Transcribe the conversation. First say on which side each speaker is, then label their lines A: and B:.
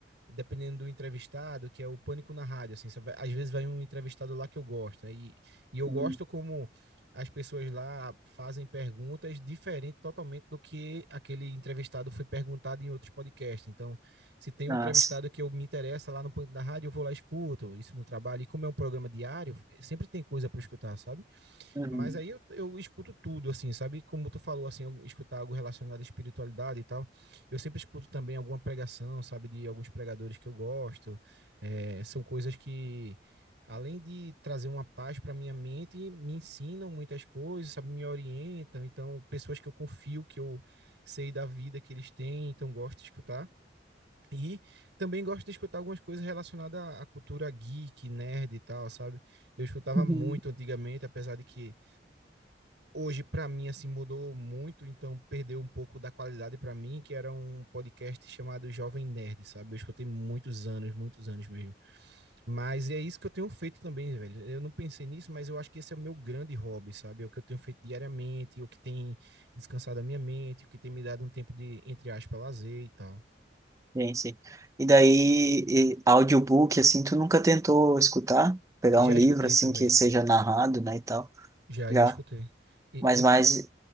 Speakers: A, on the right (about 75°); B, on the right (about 15°).
A: dependendo do entrevistado, que é o pânico na rádio, assim, vai, às vezes vai um entrevistado lá que eu gosto, né? e, e eu
B: Uhum.
A: gosto como as pessoas lá fazem perguntas diferentes totalmente do que aquele entrevistado foi perguntado em outros podcasts. Então, se tem um
B: Ah,
A: entrevistado
B: sim.
A: que eu me interessa lá no Pânico da Rádio, eu vou lá e escuto isso no trabalho. E como é um programa diário, sempre tem coisa para escutar, sabe?
B: Uhum.
A: Mas aí eu, eu escuto tudo, assim, sabe? Como tu falou, assim, eu escutar algo relacionado à espiritualidade e tal. Eu sempre escuto também alguma pregação, sabe? De alguns pregadores que eu gosto. É, são coisas que, além de trazer uma paz para minha mente, me ensinam muitas coisas, sabe? Me orientam. Então, pessoas que eu confio, que eu sei da vida que eles têm, então gosto de escutar. E também gosto de escutar algumas coisas relacionadas à à cultura geek, nerd e tal, sabe? Eu escutava
B: Uhum.
A: muito antigamente, apesar de que hoje para mim assim mudou muito, então perdeu um pouco da qualidade para mim, que era um podcast chamado Jovem Nerd, sabe? Eu escutei muitos anos, muitos anos mesmo. Mas é isso que eu tenho feito também, velho. Eu não pensei nisso, mas eu acho que esse é o meu grande hobby, sabe? É o que eu tenho feito diariamente, o que tem descansado a minha mente, o que tem me dado um tempo de, entre aspas, lazer e tal.
B: Sim, sim. E daí, e audiobook, assim, tu nunca tentou escutar? Pegar
A: Já
B: um livro,
A: escutei
B: assim,
A: também.
B: que seja narrado, né, e tal?
A: Já,
B: já.
A: já escutei. E,
B: Mas mais.